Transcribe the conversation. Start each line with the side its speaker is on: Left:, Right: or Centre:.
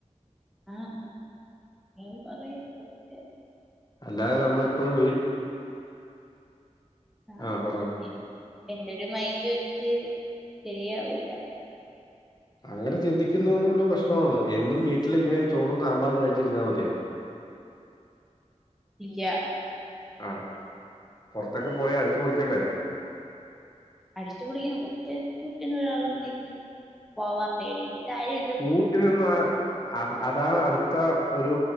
Centre: ആഹ് ഞാൻ പറയും പക്ഷേ
Left: അല്ലാതെ നമ്മളെപ്പഴും വീ
Centre: ആ
Left: ആഹ് പറയും
Centre: എൻ എൻ്റൊരു മൈൻഡ് വെച്ച് ശരിയാവൂല്ല.
Left: അങ്ങനെ ചിന്തിക്കുന്നുന്നുള്ള പ്രശ്നാണത് എന്നും വീട്ടിലിങ്ങനെ ചോറും സാമ്പാറും കഴിച്ച്ര്ന്നാ മത്യാ
Centre: ഇല്ല
Left: ആഹ് പൊർത്തൊക്കെ പോയ അട്ച്ച് പൊളിക്കണ്ടേ.
Centre: അടിച്ച് പൊളിക്കണം പക്ഷേ കൂട്ടിനൊരാള്ണ്ടെങ്കി പോവാൻ പേടില്ല. ഇതാരു
Left: കൂട്ടിനൊന്ന്വാ അ അതാണ് അട് ത്ത ഒരു